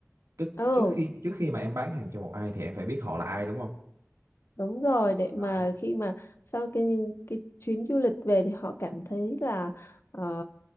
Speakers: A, on the right; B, on the left.
A: tức
B: ừ
A: trước khi trước khi mà em bán hàng cho một ai thì em phải biết họ là ai đúng không
B: Đúng rồi để
A: Đấy.
B: mà khi mà sau cái những cái chuyến du lịch về thì họ cảm thấy là ờ,